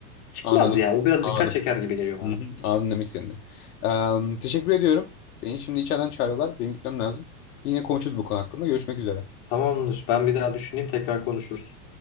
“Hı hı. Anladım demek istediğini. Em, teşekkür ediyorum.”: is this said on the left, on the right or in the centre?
Left